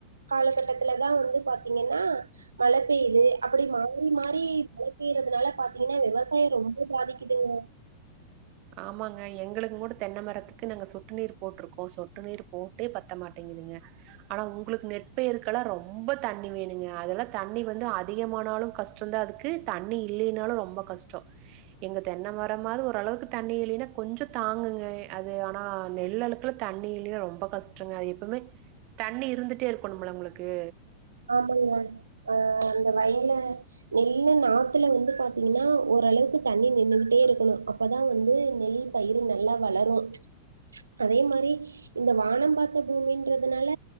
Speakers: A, on the right; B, on the right.
A: காலகட்டத்துல தா வந்து பாத்தீங்கன்னா மழ பெய்யுது அப் டி மாரி மாரி மழ பெய்யறதுனால பாத்தீங்கன்னா விவசாய ரொம்ப பாதிக்குதுங்க
B: ஆமாங்க எங்களுக்கு கூட தென்ன மரத்துக்கு நாங்க சொட்டு நீீர் போட்டிருக்கோ சொட்டு நீர் போட்டே பத்த மாட்டேங்குதுங்க ஆனா உங்களுக்கு நெற்பயிர்க்கல்லா ரொம்ப தண்ணி வேணுங்க அதெல்லா தண்ணி வந்து அதிகமானாலு கஷ் டோந்த அதுக்கு தண்ணி இல்லைனாலு ரொம்ப கஷ்டோ எங்க தென்ன மரமாது ஒரளவுக் தண்ணி இல்லைன்னா கொஞ்ச தாங்குங்க அது ஆனா நெல் அழுக்குல தண்ணி இல்லைனா ரொம்ப கஷ்டங்க அது எப்பமே தண்ணி இருந்துட்டே இருக்கணும்ல உங்களுக்கு
A: ஆமங்க ஆ அந்த வயல நெல்லு நாத்துல வந்து பாத்தீங்கனா ஒரளவுக்கு தண்ணி நின்னுக்கிட்டே இருக்கணு அப்பதா வந்து நெல் பயிரு நல்லா வளரு அதே மாரி இந்த வானம் பாத்த பூமின்றதுனால